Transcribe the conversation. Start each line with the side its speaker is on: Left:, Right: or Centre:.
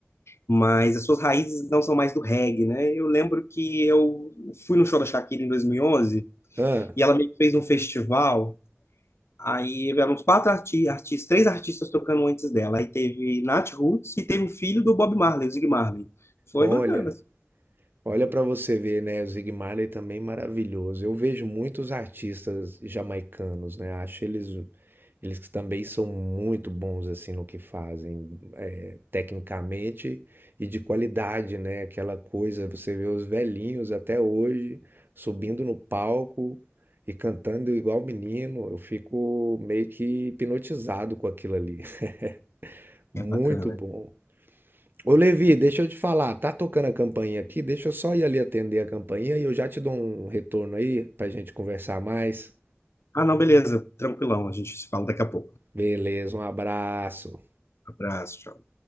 Left: Mas as suas raízes não são mais do reggae, né? Eu lembro que eu fui no show da Shakira em 2011 e onze
Right: Ah,
Left: e ela meio que fez um festival. Aí eram uns quatro arti artistas, três artistas tocando antes dela. Aí teve Nat Roots e teve o filho do Bob Marley, o Zig Marley. Foi
Right: olha.
Left: bacana. assim.
Right: Olha para você ver, né? O Zig Marley também maravilhoso. Eu vejo muitos artistas jamaicanos, né? Acho eles eles que também são muito bons assim no que fazem, é, tecnicamente e de qualidade, né? Aquela coisa, você vê os velhinhos até hoje subindo no palco e cantando igual menino. Eu fico meio que hipnotizado com aquilo ali. <laughs> Muito
Left: É bacana.
Right: bom. Ô Levi, deixa eu te falar, tá tocando a campainha aqui? Deixa eu só ir ali atender a campainha e eu já te dou um retorno aí pra gente conversar mais.
Left: Ah, não, beleza. Tranquilão. A gente se fala daqui a pouco.
Right: Beleza, um abraço.
Left: Abraço, tchau.